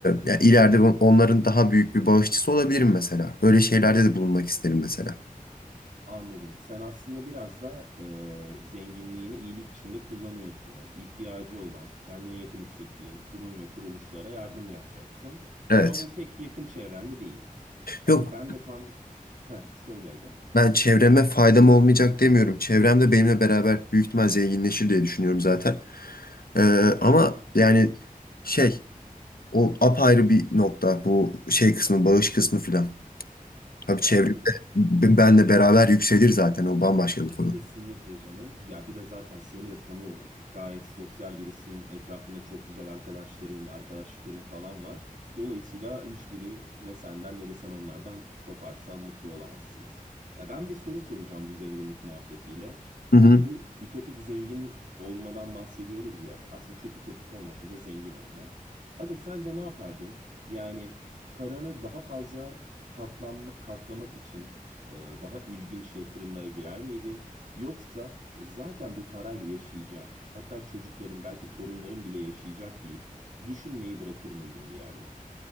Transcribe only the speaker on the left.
yani ileride on- onların daha büyük bir bağışçısı olabilirim mesela. Böyle şeylerde de bulunmak isterim mesela.
Evet.
Yok
ben çevreme faydam olmayacak demiyorum. Çevrem de benimle beraber büyük ihtimal zenginleşir diye düşünüyorum zaten. Ee, ama yani şey o apayrı bir nokta bu şey kısmı bağış kısmı filan. Tabii çevremde
b- benle beraber yükselir zaten o bambaşka bir konu.
Hı hı.